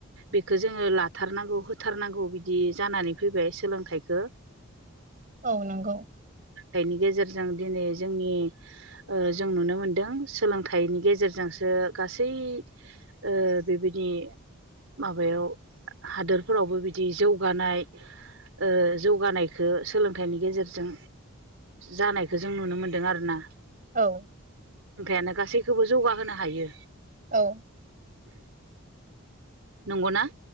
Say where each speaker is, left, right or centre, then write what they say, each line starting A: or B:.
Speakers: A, on the right (about 70°); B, on the right (about 40°).
A: बेखौ जोङो ला होथारनांगौ होथारनांगौ बिदि जानानै फैबाय सोलोंथाइखौ।
B: औ नंगौ
A: थाइनि गेजेरजों दिनै जोंनि ओ जों नुनो मोनदों सोलोंथाइनि गेजेरजोंसो गासै ओ बेबायदि माबायाव हादोरफोरावबो बिदि जौगानाय ओ जौगानायखौ सोलोंथाइनि गेजेरजों जानायखौ जों नुनो मोन्दों आरो ना।
B: औ
A: लोंयानो गासैखौबो जौगाहोनो हायो।
B: औ
A: नंगौना?